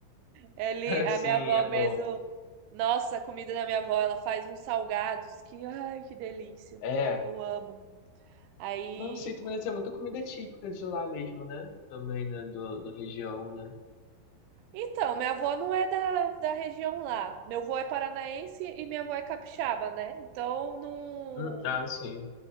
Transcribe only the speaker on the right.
Ele, a
minha avó
mesmo, nossa, a comida da minha avó, ela faz uns salgados que, ai, que delícia.
Eu amo. Aí,
co-
então, minha avó não é da, da região lá. Meu avô é paranaense e minha avó é capixaba, né? Então, não,